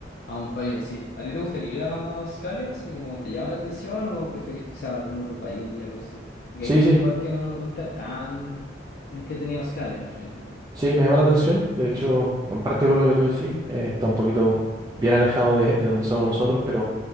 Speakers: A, on the left; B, on the right.
A: a un país así. ¿A ti te gustaría ir a Australia? Así como te llama la atención o preferís quizás algún otro país, algo así? Porque
B: Sí,
A: hay gente
B: sí.
A: igual que no lo cuenta tan entretenido Australia, al final.
B: Sí, me llama la atención. De hecho, en parte por lo que tú decís, eh, está un poquito bien alejado de, de donde somos nosotros, pero